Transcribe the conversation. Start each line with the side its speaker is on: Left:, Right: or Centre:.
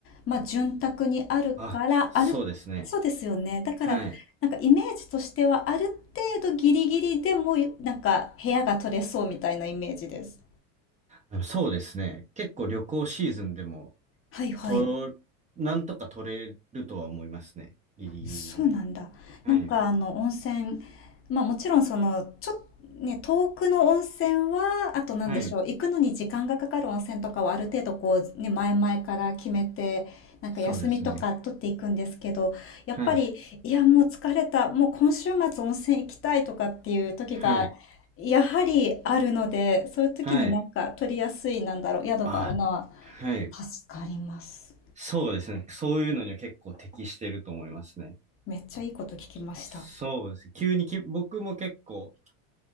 Left: まあ、潤沢にあるから、
Right: あ、そうですね。
Left: ある、そうですよね。だから、
Right: はい。
Left: なんかイメージとしては、ある程度ギリギリでも、なんか、部屋が取れそうみたいなイメージです。
Right: うん、そうですね。結構旅行シーズンでも、
Left: はいはい。
Right: と、なんとか取れるとは思いますね。ギリギリでも。
Left: そうなんだ。
Right: はい。
Left: なんかあの温泉、まあもちろんそのちょっとね、遠くの温泉は、あとなんでしょう、
Right: はい。
Left: 行くのに時間がかかる温泉とかはある程度こうね、前々から決めて、なんか休みとか取っていくんですけど、
Right: そうですね。
Left: やっぱり、
Right: はい。
Left: いやもう疲れた、もう今週末温泉行きたいとかっていう時が、
Right: はい。
Left: やはりあるので、そういう時になんか取りやすい、
Right: はい。
Left: なんだろう、宿があるのは
Right: あ、はい。
Left: 助かります。
Right: そうですね。そういうのには結構適してると思いますね。
Left: めっちゃいいこと聞きました。
Right: そうです。急にき、僕も結構